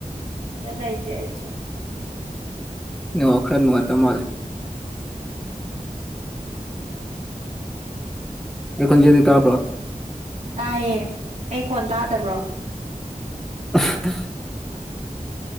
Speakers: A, on the right; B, in the centre.
A: ꯗꯥ ꯂꯩꯇꯦ ꯑꯩꯁꯨ
B: ꯅꯦꯠꯋꯥꯛ ꯈꯔ ꯅꯨꯡꯉꯥꯏꯇꯕ ꯃꯥꯂꯦ
A: ꯎꯝ
B: ꯑꯩ ꯈꯣꯟꯖꯦꯜꯗꯤ ꯇꯥꯕ꯭ꯔꯣ
A: ꯇꯥꯏꯌꯦ ꯑꯩ ꯈꯣꯟ ꯇꯥꯗꯕ꯭ꯔꯣ
B: <unintelligible>